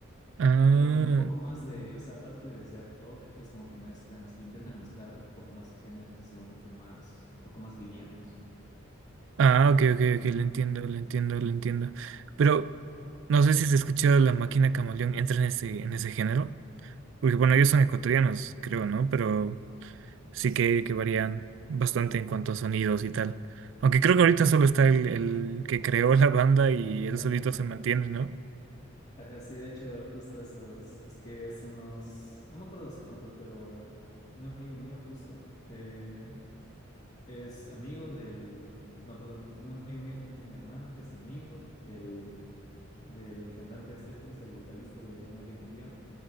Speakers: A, on the right; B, on the left.
A: Ah,
B: Como, como un poco más de, o sea, aparte de ser rock, es como que mezclan así, intentan mezclar un poco más de géneros y ser un poco más, un poco más livianos.
A: ah, ok, ok,
B: Como-
A: ok, lo entiendo, lo entiendo, lo entiendo. Pero no sé si has escuchado La Máquina Camaleón, entra en ese, en ese género. Porque bueno, ellos son ecuatorianos, creo, ¿no? Pero sí que, que varían bastante en cuanto a sonidos y tal. Aunque creo que ahorita solo está el, el que creó la banda y él
B: Ajá,
A: solito se mantiene, ¿no?
B: ajá, sí, de hecho, justo eso, es, es que hace unos, no me acuerdo hace cuánto, pero un amigo mío justo eh, es amigo del, no, perdón, un amigo mío tiene un hermano que es amigo del, del cantante este, pues, del vocalista de La Máquina Camaleón.